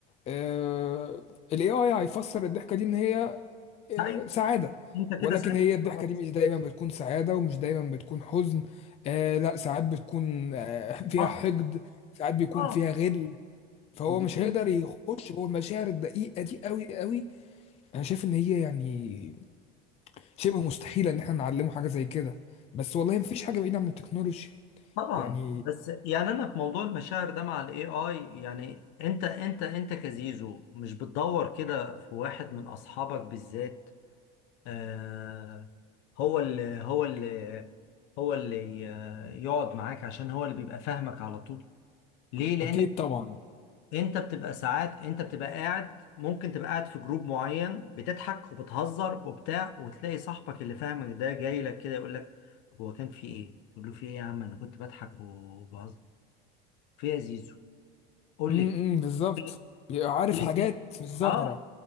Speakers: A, on the left (about 30°); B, on the left (about 65°).
A: آه... الاي اي هيفسر الضحكه دي ان هي
B: صحيح
A: آه، سعادة
B: انت
A: ولكن
B: كده ساعتها
A: هي الضحكة
B: خلاص
A: دي مش دايما بتكون سعادة ومش دايما بتكون حزن آه لا ساعات بتكون آه فيها
B: اه
A: حقد ساعات بيكون
B: اه
A: فيها غل فهو
B: وبيكون
A: مش هيقدر يخش جوه المشاعر الدقيقة دي قوي قوي انا شايف ان هي يعني شبه مستحيلة ان احنا نعلمه حاجة زي كده بس والله مفيش حاجة بعيدة عن التكنولوجيا
B: طبعا
A: يعني
B: بس يعني انا في موضوع المشاعر ده مع الاي اي يعني انت انت انت كزيزو مش بتدور كده في واحد من اصحابك بالذات آه هو اللي هو اللي هو اللي ي- يقعد معاك عشان هو اللي بيبقى فاهمك على طول ليه لان
A: اكيد طبعا
B: انت بتبقى ساعات انت بتبقى قاعد ممكن تبقى قاعد في جروب معين بتضحك وبتهزر وبتاع وتلاقي صاحبك اللي فاهمك ده جاي لك كده يقول لك هو كان في ايه؟ تقول له في ايه يا عم انا كنت بضحك وبهزر في إيه يا زيزو قول
A: امم
B: لي كده.
A: بالظبط
B: <laughs> في إيه؟
A: بيبقى عارف
B: في إيه؟
A: حاجات
B: في إيه؟
A: مش ظاهرة
B: اه